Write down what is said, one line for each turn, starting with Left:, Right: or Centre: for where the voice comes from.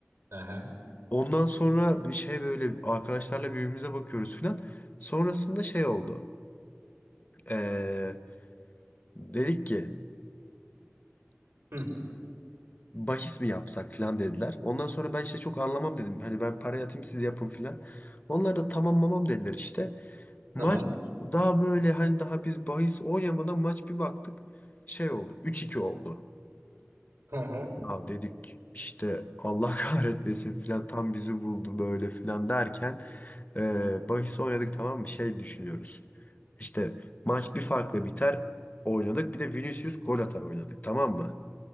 Right: Aha.
Left: Ondan sonra bir şey böyle arkadaşlarla birbirimize bakıyoruz falan. Sonrasında şey oldu. Ee, Dedik ki
Right: Hı,
Left: bahis mi yapsak filan dediler. Ondan sonra ben işte çok anlamam dedim. Hani ben parayı atayım siz yapın filan. Onlar da tamam mamam dediler işte. Maç
Right: tamam.
Left: daha böyle hani daha biz bahis oynamadan maç bir baktık. Şey oldu üç iki oldu.
Right: Hı hı.
Left: Ya dedik işte Allah <laughs> kahretmesin filan tam bizi buldu böyle filan derken e, bahis oynadık tamam mı şey düşünüyoruz. İşte maç bir farkla biter oynadık bir de Vinicius gol atar oynadık tamam mı?